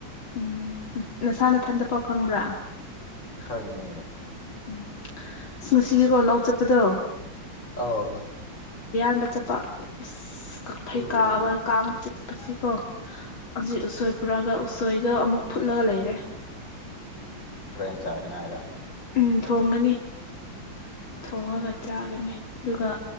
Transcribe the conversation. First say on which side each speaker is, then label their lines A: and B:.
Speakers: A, on the left; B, on the left.
A: ꯎꯝ ꯅꯁꯥꯅꯊꯟꯗ ꯄꯥꯎ ꯈꯪꯕ꯭ꯔꯥ
B: ꯈꯪꯉꯦ
A: ꯎꯝ ꯑꯁ ꯅꯨꯡꯁꯤꯌꯦꯀꯣ ꯂꯧ ꯆꯠꯄꯗꯣ
B: ꯑꯥꯎ
A: ꯗ ꯆꯠꯄ ꯎꯑꯁ ꯀꯛꯐꯩ
B: ꯑꯣ
A: ꯀꯥꯕ ꯀꯥꯡ ꯆꯤꯛ ꯄꯁꯤ ꯀꯣ ꯍꯧꯖꯤꯛ ꯎꯁꯣꯏ ꯄꯨꯔꯛꯑꯒ ꯎꯁꯣꯏꯗꯣ ꯑꯃꯨꯛ ꯐꯨꯠꯂꯒ ꯂꯩꯔꯦ
B: ꯍꯣꯔꯦꯟ ꯆꯥꯅꯤꯡꯉꯥꯏꯔ
A: ꯎꯝ ꯊꯣꯡꯒꯅꯤ ꯊꯣꯡꯉꯒ ꯆꯥꯒꯅꯤ ꯑꯗꯨꯒ